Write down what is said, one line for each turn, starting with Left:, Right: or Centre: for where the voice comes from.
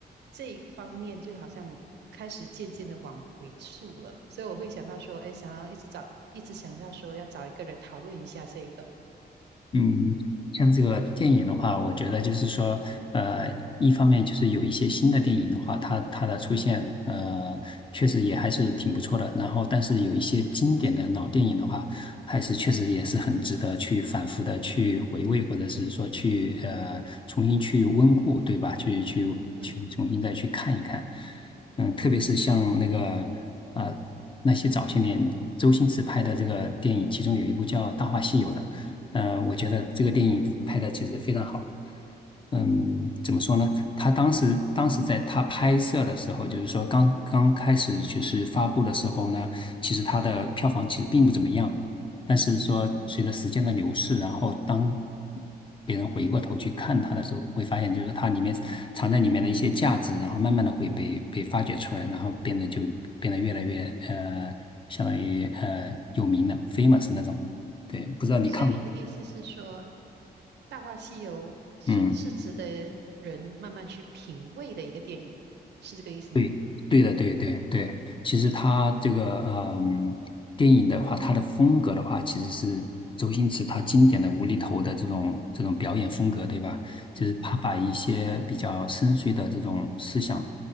Right: 这一方面，就好像开始渐渐的往回溯了？所以我会想到说，哎，想要一直找，一直想到说要找一个人讨论一下这个，
Left: 嗯，像这个电影的话，我觉得就是说，呃，一方面就是有一些新的电影的话，它它的出现，呃，确实也还是挺不错的。然后，但是有一些经典的老电影的话，还是确实也是很值得去反复的去回味，或者是说去呃重新去温故，对吧？去去去重新再去看一看。
Right: 嗯
Left: 嗯，特别是像那个啊那些早些年周星驰拍的这个电影，其中有一部叫《大话西游》的。嗯，我觉得这个电影拍的其实非常好。嗯，怎么说呢？他当时当时在他拍摄的时候，就是说刚刚开始就是发布的时候呢，其实他的票房其实并不怎么样。但是说随着时间的流逝，
Right: 嗯。
Left: 然后当别人回过头去看他的时候，会发现就是他里面藏在里面的一些价值，然后慢慢的会被被发掘出来，然后变得就变得越来越呃，相当于呃有名了，famous 那种。对，不知道你看过？
Right: 所以你的意思是说，《大话西游》是是值得人慢慢去品味的一个电影，
Left: 嗯。
Right: 是这个意思吗？
Left: 对，对的，对对对，其实他这个嗯，电影的话，他的风格的话，其实是周星驰他经典的无厘头的这种这种表演风格，对吧？就是他把一些比较深邃的这种思想，
Right: 嗯哼，